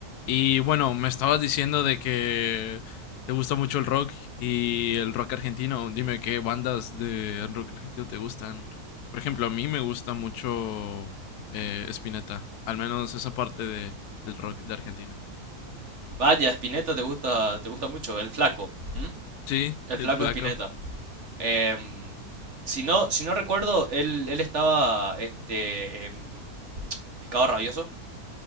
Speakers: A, on the left (about 85°); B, on the right (about 50°).
A: Y bueno, me estabas diciendo de que te gusta mucho el rock y el rock argentino. Dime qué bandas de rock argentino te gustan. Por ejemplo, a mí me gusta mucho eh, Spinetta, al menos esa parte de, del rock de Argentina.
B: Vaya, Spinetta te gusta, te gusta mucho, el flaco, ¿m?
A: Sí,
B: El
A: el
B: flaco
A: flaco.
B: Spinetta. Em, si no, si no recuerdo, él, él estaba este, en Pescado Rabioso.